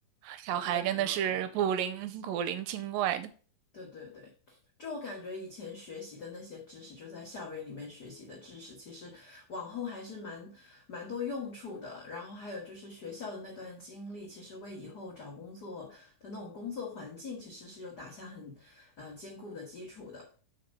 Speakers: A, on the right; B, on the left.
A: 小孩真的是古灵古灵精怪的。
B: 我觉得还蛮好玩的。对对对，就我感觉以前学习的那些知识，就在校园里面学习的知识，其实往后还是蛮蛮多用处的。然后还有就是学校的那段经历，其实为以后找工作的那种工作环境，其实是有打下很呃坚固的基础的。